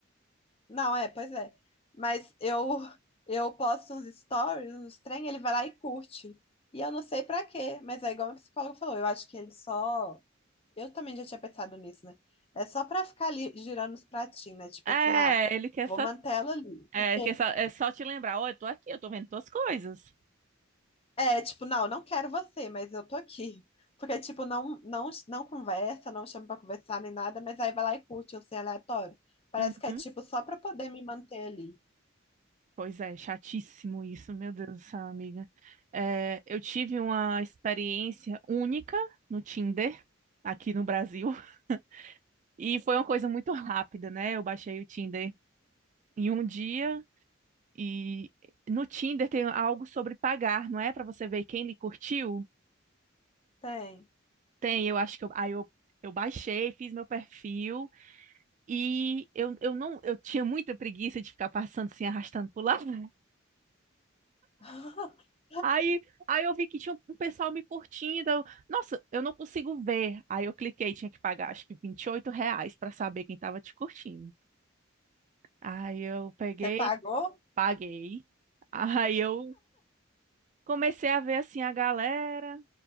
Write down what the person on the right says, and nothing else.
É,
ele quer
só,
é,
quer só, é só te lembrar. Ó, eu tô aqui, eu tô vendo tuas coisas.
Uhum.
Pois é, chatíssimo isso, meu Deus do céu, amiga. É, eu tive uma experiência única no Tinder, aqui no Brasil. <laughs> E foi uma coisa muito rápida, né? Eu baixei o Tinder em um dia e no Tinder tem algo sobre pagar, não é? Pra você ver quem lhe curtiu.
Tem, eu acho que eu, aí eu, eu baixei, fiz meu perfil e eu, eu não eu tinha muita preguiça de ficar passando assim, arrastando pro lado. <laughs>
Aí, aí eu vi que tinha um pessoal me curtindo. eu, Nossa, eu não consigo ver. Aí eu cliquei, tinha que pagar acho que 28 reais pra saber quem tava te curtindo. Aí eu peguei,
paguei. Aí eu Comecei a ver assim a galera,